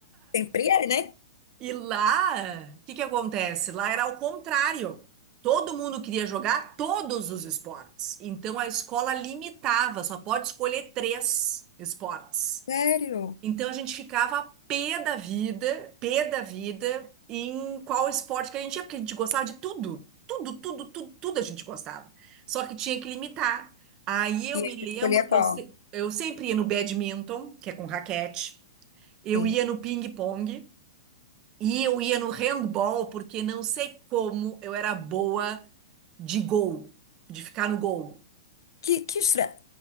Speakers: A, on the left (about 65°); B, on the right (about 30°).
A: Sempre é, né?
B: E lá, o que que acontece? Lá era ao contrário. Todo mundo queria jogar todos os esportes. Então a escola limitava, só pode escolher três esportes.
A: Sério?
B: Então a gente ficava pé da vida, pé da vida em qual esporte que a gente ia, porque a gente gostava de tudo. Tudo, tudo, tudo, tudo a gente gostava. Só que tinha que limitar. Aí eu
A: E
B: me
A: aí
B: lembro
A: tu escolhia
B: que
A: qual?
B: eu, se- eu sempre ia no badminton, que é com raquete. Eu
A: Sim.
B: ia no ping-pong. E eu ia no handball porque não sei como eu era boa de gol, de ficar no gol,
A: Que, que estranho.